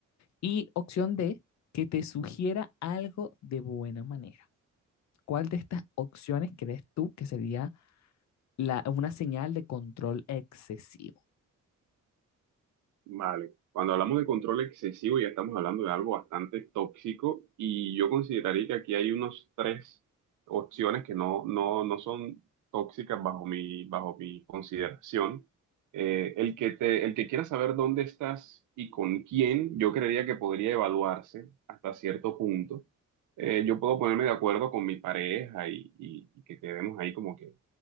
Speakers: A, on the left; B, on the right.
A: Y opción D, que te sugiera algo de buena manera. ¿Cuál de estas opciones crees tú que sería la, una señal de control excesivo?
B: Vale, cuando hablamos de control excesivo ya estamos hablando de algo bastante tóxico y yo consideraría que aquí hay unos tres opciones que no, no, no son tóxicas bajo mi, bajo mi consideración. Eh, el que te, el que quiera saber dónde estás y con quién, yo creería que podría evaluarse hasta cierto punto. Eh, yo puedo ponerme de acuerdo con mi pareja y, y y que quedemos ahí como que